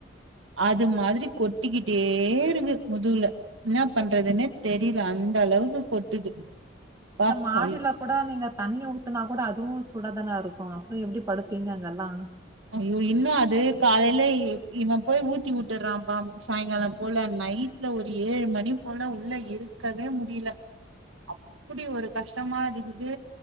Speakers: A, on the right; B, on the right.
A: அது மாதிரி கொட்டிக்கிட்டே இருக்கு முதுகுல இன்ன பண்றதுன்னே தெரியல அந்த அளவுக்கு கொட்டுது
B: இந்த
A: ப்பா
B: மாடில கூட நீங்க தண்ணி ஊத்துனா கூட அதுவு சூடாதான இருக்கும் அப்பற எப்டி படுப்பீங்க அங்கல்லா
A: ஐயோ இன்னும் அது காலையில இவன் போய் ஊத்தி உட்டுறான்பா சாயங்காலம் போல நைட்ல ஒரு ஏழு மணி போல உள்ள இருக்கவே முடியல அப்டி ஒரு கஷ் கஷ்டமா இருக்குது